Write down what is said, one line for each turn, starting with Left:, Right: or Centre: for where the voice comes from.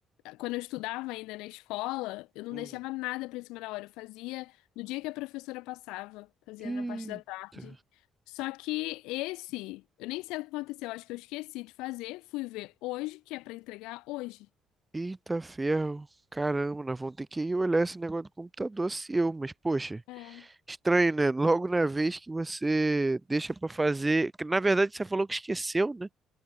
Left: quando eu estudava ainda na escola, eu não
Right: Uhum.
Left: deixava nada pra cima da hora. Eu fazia no dia que a professora passava, fazia
Right: Eita.
Left: na parte da tarde. Só que esse, eu nem sei o que aconteceu, acho que eu esqueci de fazer, fui ver hoje, que é pra entregar hoje.
Right: Eita ferro, caramba, nós vamos ter que ir olhar esse negócio do computador seu, mas poxa,
Left: É,
Right: estranho, né? Logo na vez que você deixa pra fazer, que na verdade você falou que esqueceu, né?